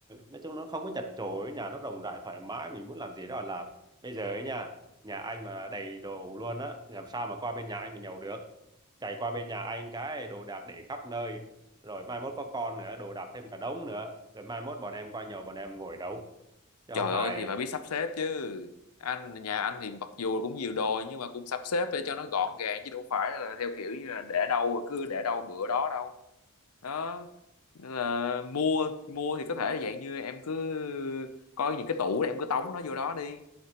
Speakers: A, on the right (about 20°); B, on the left (about 80°).
A: nói chung nó không có chật chội nhà nó rộng rãi thoải mái mình muốn làm gì đó là làm bây giờ ấy nha nhà anh mà đầy đồ luôn á làm sao mà qua bên nhà anh mà nhậu được chạy qua bên nhà anh cái đồ đạc để khắp nơi rồi mai mốt có con nữa đồ đạc thêm cả đống nữa rồi mai mốt bọn em qua nhậu bọn em ngồi đâu chứ
B: trời
A: không phải
B: ơi thì phải biết sắp xếp chứ anh nhà anh thì mặc dù cũng nhiều đồ nhưng mà cũng sắp xếp để cho nó gọn gàng chứ đâu phải là theo kiểu như là để đâu rồi cứ để đâu bữa đó đâu đó Nên là mua mua thì có thể là dạng như em cứ coi những cái tủ để em cứ tống nó vô đó đi